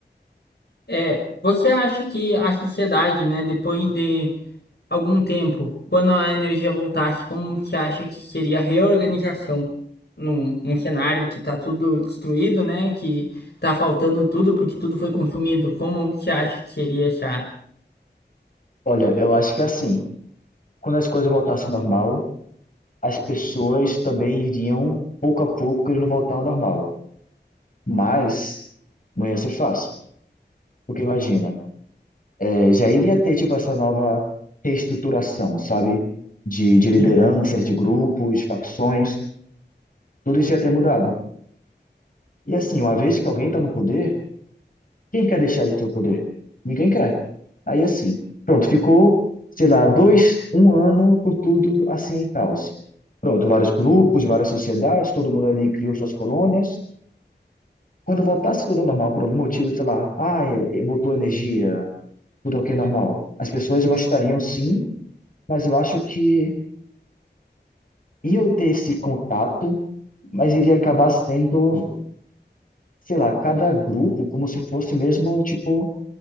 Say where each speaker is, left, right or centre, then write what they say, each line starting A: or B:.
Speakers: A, on the left; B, on the left.
A: É, você acha que a sociedade, né, depois de algum tempo, quando a energia voltasse, como que acha que seria a reorganização num, num cenário que tá tudo destruído, né? Que tá faltando tudo porque tudo foi consumido. Como que acha que seria essa?
B: Olha, eu acho que é assim, quando as coisas voltassem ao normal, as pessoas também iriam, pouco a pouco, querendo voltar ao normal. Mas não ia ser fácil. Porque imagina, é, já iria ter tipo essa nova reestruturação, sabe? De, de lideranças,
A: Sim.
B: de grupos, de facções, tudo isso ia ter mudado. E assim, uma vez que alguém está no poder, quem quer deixar de ter o poder? Ninguém quer. Aí assim, pronto, ficou, sei lá, dois, um ano com tudo assim em caos. Pronto, vários grupos, várias sociedades, todo mundo ali criou suas colônias. Quando voltasse tudo ao normal por algum motivo, sei lá, ah, é, é, voltou a energia, tudo ok, normal. As pessoas gostariam sim, mas eu acho que iam ter esse contato, mas iria acabar sendo, sei lá, cada grupo como se fosse mesmo, tipo,